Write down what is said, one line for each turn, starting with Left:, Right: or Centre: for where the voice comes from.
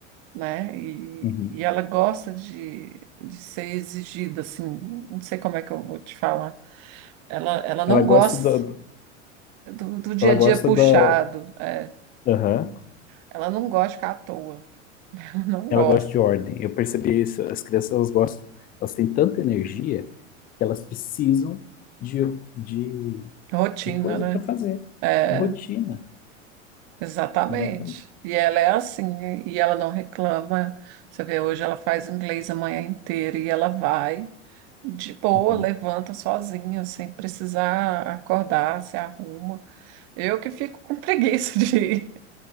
Right: né? E,
Left: uhum.
Right: e ela gosta de, de ser exigida, assim, não sei como é que eu vou te falar. Ela, ela não
Left: Ela gosta
Right: gosta
Left: da, do-
Right: do, do dia
Left: ela
Right: a
Left: gosta
Right: dia puxado,
Left: da,
Right: é.
Left: aham,
Right: Ela não gosta de ficar à toa, <laughs> ela não
Left: ela
Right: gosta.
Left: gosta de ordem. Eu percebi isso. As crianças, elas gostam, elas têm tanta energia que elas precisam de, de
Right: Rotina,
Left: de coisa
Right: né?
Left: para fazer,
Right: É,
Left: de rotina,
Right: exatamente.
Left: exatamente.
Right: E ela é assim, e ela não reclama. Você vê, hoje ela faz inglês a manhã inteira e ela vai de boa,
Left: Uhum.
Right: levanta sozinha, sem precisar acordar, se arruma. Eu que fico com preguiça de ir.